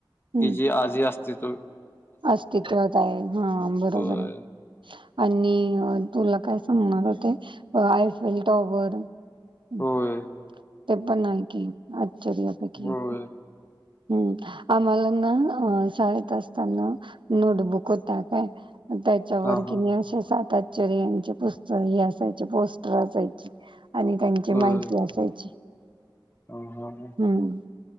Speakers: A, on the right; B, on the left.
A: हं.
B: की जे आजी असतीत्व
A: अस्तित्वात आहे हा बरोबर
B: होय
A: आहे. आणि तुला काय सांगणार होते आयफल टॉवर हं,
B: होय.
A: ते पण हाय की आश्चरयापैकी.
B: होय
A: हम्म आम्हालांना अ शाळेत असताना नोटबुक होत काय आणि त्यात त्याच्या वर
B: हा हा
A: कणी अशे सात अश्चरयांचे पुस्त हे असायचे पोस्टर असायचे. आणि त्यांची
B: होय
A: माहिती असायची,
B: हा हा हा
A: हम्म.